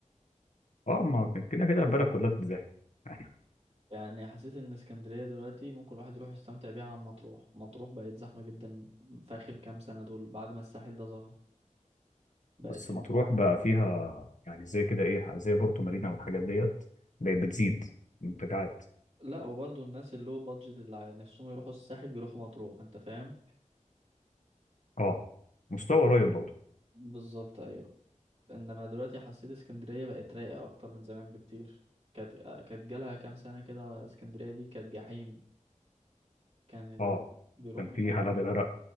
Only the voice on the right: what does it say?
يعني حسيت إن اسكندرية دلوقتي ممكن الواحد يروح يستمتع بيها عن مطروح مطروح بقت زحمة جدا في آخر كام سنة دول بعد ما الساحل ده ظهر
بقت
إن...
لا وبرضه الناس اللي هو بادجت اللي ع- نفسهم يروحوا الساحل بيروحوا مطروح أنت فاهم
بالظبط أيوة إنما دلوقتي حسيت اسكندرية بقت رايقة أكتر من زمان بكتير كانت كانت جالها كام سنة كده اسكندرية دي كانت جحيم كان اللي
بي- بيروح
هناك